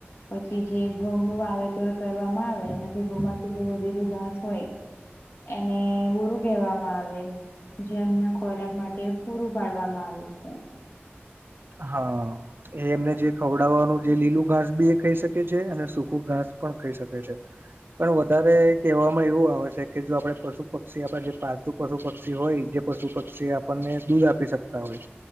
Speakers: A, on the left; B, on the right.
A: પછી જે ઘઉં નું વાવેતર કરવામાં આવે એથી ઘઉં માંથી જે વધેલું ઘાસ હોય. એને બુરુ કહેવામાં આવે. જે એમને ખોરાક માટે પૂરું પાડવામાં આવે છે.
B: હા. એ એમને જે ખવડાવવાનું જે લીલું ઘાસ બી એ ખાઈ શકે છે અને સૂકું ઘાસ પણ ખાઈ શકે છે. પણ વધારે કહેવામાં એવું આવે છે કે જો આપડે પશુ પક્ષી આપણે જે પાલતું પશુ પક્ષી હોય જે પશુ પક્ષી આપણને દૂધ આપી શકતા હોય,